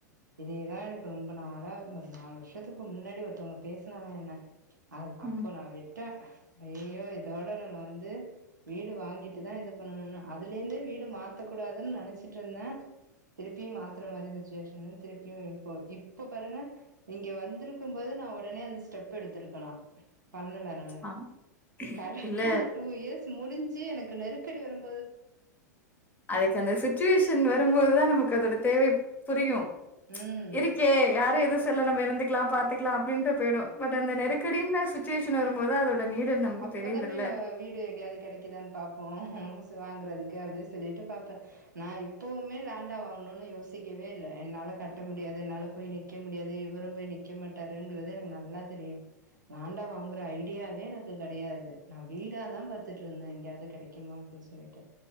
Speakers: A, on the right; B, on the left.
A: இதேதா எனக்கு ரொம்ப நாளா ஒரு நாலு வருஷத்துக்கு முன்னாடி ஒருத்தவுங்க பேசினாங்க என்ன அ அப்போ
B: ம்
A: நா வே ட்ட ஐயோ இதோட நம்ம வந்து வீடு வாங்கிட்டு தா இது பண்ணனுனு அதுலேருந்தே வீடு மாத்தக்கூடாதுன்னு நனைச்சிட்ருந்தே திருப்பியு மாத்துற மாரி சிச்சுவேஷன் திருப்பியு இப்போ இப்ப பாருங்க இங்க வந்திருக்கும் போது நா உடனே அந்த ஸ்டெப் எடுத்திருக்கலா பண்ணல நானு
B: ஆம்
A: கரெக்ட்டா
B: இல்ல
A: அந்த டூ இயர்ஸ் முடிஞ்சு எனக்கு நெருக்கடி வரும்
B: அதுக்கு அந்த சிட்டிவேஷன் வரும்போது தா நமக்கு அதோட தேவை புரியு
A: ம்
B: இருக்கே யார எதுவு சொல்ல நம்ம இருந்துக்கலா பாத்துக்கலா அப்படின்டே போயிடு பட் அந்த நெருக்கடின்ன சுத் ட்ச்சிவேஷன் வரும்போது அதோட நீடட் நமக்கு
A: அப்பதா
B: தெரியுதுல்ல
A: போய் நம்ம வீடு எங்கேயாது கெடைக்குதான்னு பாப்போ ச வாங்குறதுக் க்கு அப்பின் சொல்லிட்டு பாப்பே நா இப்பவுமே லேண்டா வாங்கணுன்னு யோசிக்கவே இல்ல என்னால கட்ட முடியாது என்னால போய் நிக்க முடியாது இவரு போய் நிக்க மாட்டாருங்கிறது எனக்கு நல்லா தெரியு லேண்டா வாங்குற ஐடியாவே என்க் து கெடையாது நா வீடாதா பாத்துட்டு இருந்தே எங்கயாவது கெடைக்குமா அப்பிடின் சொல்லிட்டு